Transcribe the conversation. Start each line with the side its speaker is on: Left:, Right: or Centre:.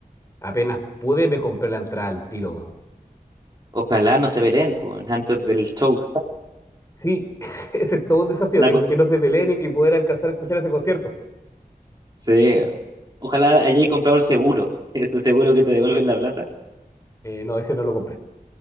Left: apenas pude, me compré la entrada al tiro. weón.
Right: Ojalá no se peleen, po, <laughs> weón, antes del show.
Left: Sí, <laughs> ese es todo un desafío,
Right: La
Left: que,
Right: co-
Left: que no se peleen y, y poder alcanzar a escuchar ese concierto.
Right: sí, ojalá hayáis comprado el seguro. <laughs> Este seguro que te devuelven la plata.
Left: Eh, no, ese no lo compré.